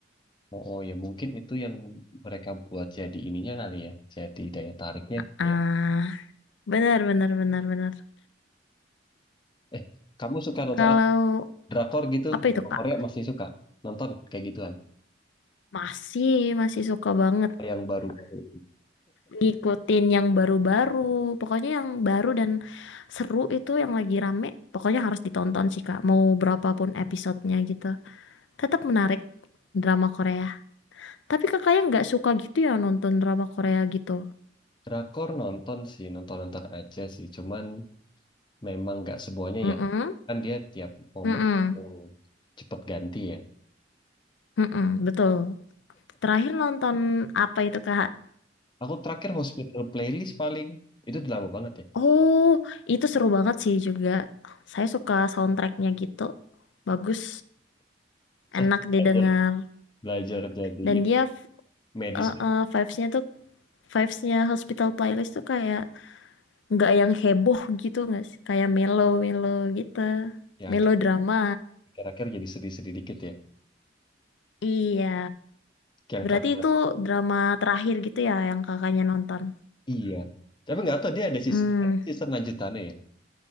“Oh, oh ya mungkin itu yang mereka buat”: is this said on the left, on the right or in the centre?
Left